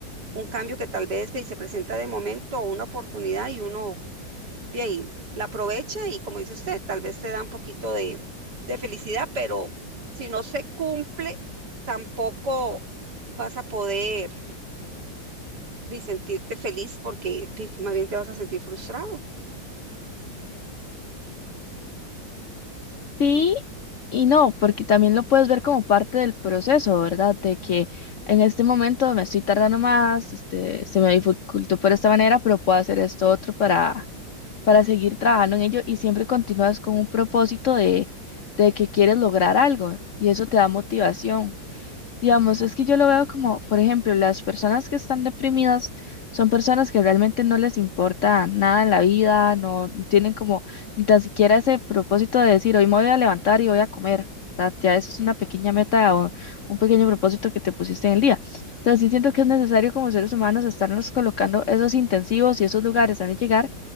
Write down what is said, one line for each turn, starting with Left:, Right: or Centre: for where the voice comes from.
Right: Un cambio que tal vez ve, se presenta de momento o una oportunidad y uno ve ahí, la aprovecha y como dice usted, tal vez te da un poquito de, de felicidad, pero si no se cumple, tampoco vas a poder ve, sentirte feliz porque ve, más bien te vas a sentir frustrado.
Left: Sí y no, porque también lo puedes ver como parte del proceso, ¿verdad? De que en este momento me estoy tardando más, este, se me dificultó por esta manera, pero puedo hacer esto otro para para seguir trabajando en ello y siempre continúas con un propósito de, de que quieres lograr algo y eso te da motivación. Digamos, es que yo lo veo como, por ejemplo, las personas que están deprimidas son personas que realmente no les importa nada en la vida, no no tienen como ni tan siquiera ese propósito de decir, hoy me voy a levantar y voy a comer, ¿verdad? Ya eso es una pequeña meta o un pequeño propósito que te pusiste en el día. Entonces, sí siento que es necesario como seres humanos estarnos colocando esos intensivos y esos lugares donde llegar